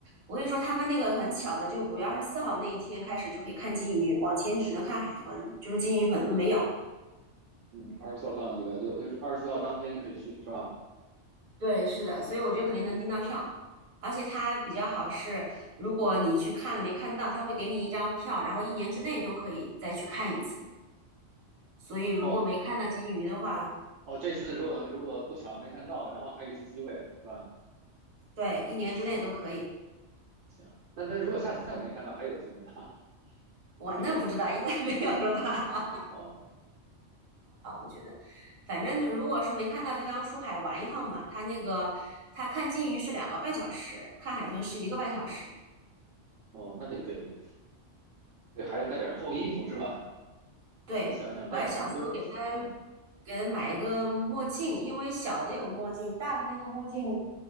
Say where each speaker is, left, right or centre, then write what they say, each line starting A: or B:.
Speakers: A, on the right (about 45°); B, on the right (about 75°).
A: 我跟你说，他们那个很巧的，就五月二十四号那一天开始就可以看金鱼，往前只能看海豚，就是金鱼可能都没有。
B: 嗯，二十四号刚好礼拜六，就是二十四号当天就可以去，是吧？
A: 对，是的，所以我觉得肯定能订到票，而且它比较好是，如果你去看了没看到，它会给你一张票，然后一年之内都可以再去看一次。所以如果没看到金鱼的话，
B: 哦哦，这次如果如果不巧没看到，然后还有一次机会，是吧？
A: 对，一年之内都可以。
B: <laughs> 行，那那如果下次再没看到，还有机会呢，<laughs>
A: 我那不知道，
B: 还可以再
A: 应该没有了吧？
B: 哦
A: <laughs> 觉得反正就如果是没看到，就当出海玩一趟嘛。他那个他看金鱼是两个半小时，看海豚是一个半小时。
B: 哦，那得给给孩子带点厚衣服是吧？
A: 对，
B: 我得想想带点什么东西。
A: 我还想说给他
B: 嗯，
A: 给他买一个墨镜，因为小的有墨镜，大的那个墨镜